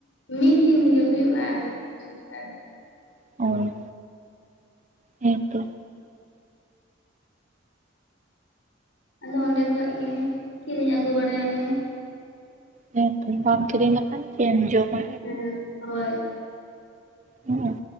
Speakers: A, on the left; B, on the right.
A: ᱢᱤᱫ ᱫᱤᱱ ᱜᱮ ᱦᱩᱭᱩᱜᱼᱟ ᱥᱚᱢᱛᱟᱦᱮ ᱨᱮ
B: ᱦᱳᱭ ᱦᱮ ᱛᱚ
A: ᱟᱫᱚ ᱚᱸᱰᱮ ᱠᱷᱚᱡ ᱜᱮ ᱠᱤᱨᱤᱧ ᱟᱹᱜᱩ ᱵᱟᱲᱟᱭ ᱟᱞᱮ
B: ᱦᱮ ᱛᱚ ᱵᱟᱢ ᱠᱤᱨᱤᱧ ᱞᱮᱠᱷᱟᱱ ᱪᱮᱫ ᱮᱢ ᱡᱚᱢᱟ
A: ᱦᱮᱸ ᱦᱳᱭ
B: ᱦᱮᱸ